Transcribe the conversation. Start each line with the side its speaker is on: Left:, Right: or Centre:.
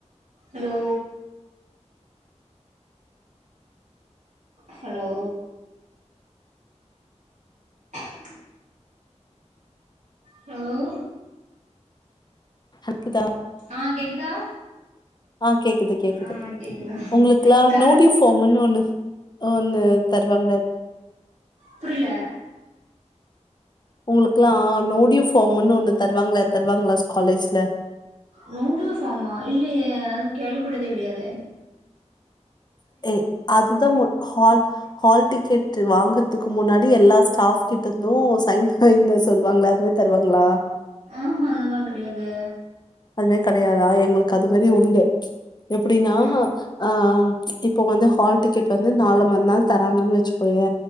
Right: ஹலோ
Left: அ
Right: ஹலோ <inaudible> ஹலோ
Left: ஹக்குதா
Right: ஆ கேக்குதா
Left: ஆ கேக்குது கேக்குது
Right: ஆ கேக்குதா
Left: உங்களுக்குலா
Right: கரண்ட்
Left: நோ டியூ ஃபாமுனு ஒண்ணு ஒண்ணு தருவாங்களா
Right: புரியுல
Left: உங்களுக்குலா நோ டி யூ ஃபார்முனு ஒண்ணு தருவாங்களா தருவாங்களா காலேஜ்ல
Right: யய்யய்ய அது கேள்வி பட்டதே கெடயாதே
Left: ஒ அதுதா போ ஹால் ஹால் டிக்கெட் வாங்கறத்துக்கு முன்னாடி எல்லா ஸ்டாஃப் கிட்ட இருந்து சைன் போட்னு சொல்வாங்க அது தருவாங்களா
Right: ஆ ஹ அந்த மாரி கடையாதே
Left: அதுமேர் கடையாதா எங்களுக்கு அது மாரி உண்டு எப்டினா
Right: ம்,
Left: ஆ இப்போ வந்து ஹால் டிக்கெட் வந்து நாள மறு நாள் தராங்கன் வச்சு ய